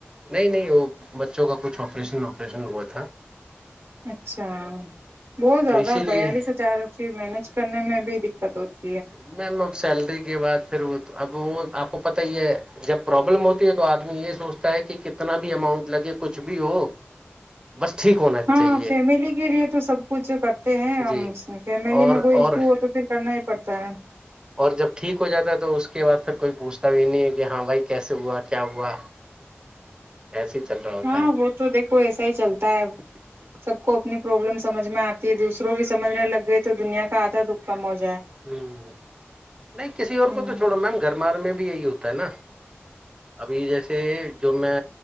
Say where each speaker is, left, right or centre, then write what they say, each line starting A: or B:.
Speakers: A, on the right; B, on the right.
A: نہیں نہیں وہ بچوں کا کچھ آپریشن واپریشن ہوا تھا
B: اچھا بہت زیادہ
A: تو اسی لیے
B: بیالیس ہزار مینج کرنے میں بھی <unintelligible>
A: <unintelligible> سیلری کے بعد پھر وہ اب وہ آپ کو پتا ہی ہے جب پروابلم ہوتی ہے تو آدمی یہ سوچتا ہے کہ کتنا بھی اماؤنٹ لگے کچھ بھی ہو بس ٹھیک ہونا
B: ہاں
A: چاہیے
B: فیملی کے لیے تو سب کچھ کرتے ہیں
A: جی
B: ہم فیملی
A: اور
B: میں کوئی ایشو
A: اور
B: ہو تو پھر کرنا ہی پڑتا ہے
A: اور جب ٹھیک ہو جاتا ہے تو اس کے بعد پھر کوئی پوچھتا بھی نہیں ہے کہ ہاں بھائی کیسے ہوا کیا ہوا ایسے ہی چل رہا ہوتا
B: ہاں
A: ہے
B: وہ تو دیکھو ایسا ہی چلتا ہے سب کو اپنی پرابلم سمجھ میں آ دوسروں کی سمجھنے لگ گئے تھ تو دنیا کا آتا دکھ کا موج
A: ہمم نہیں کسی اور
B: ہ
A: کو تو چھوڑو میم گھربار میں بھی یہی ہوتا ہے نا ابھی جیسے جو میں